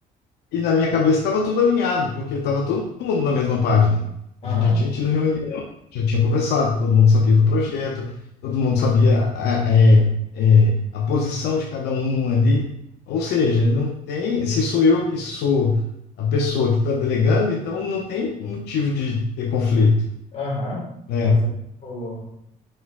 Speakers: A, on the left (about 75°); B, on the left (about 40°).
A: E na minha cabeça estava tudo alinhado, porque estava todo mundo na mesma página. A gente
B: Aham,
A: já tinha tido reunião, já tinha conversado, todo mundo sabia do projeto, todo mundo sabia a, é, é, a posição de cada um ali. Ou seja, não tem. Se sou eu que sou a pessoa que está delegando, então não tem motivo de ter conflito,
B: aham,
A: né?
B: mas aí rolou.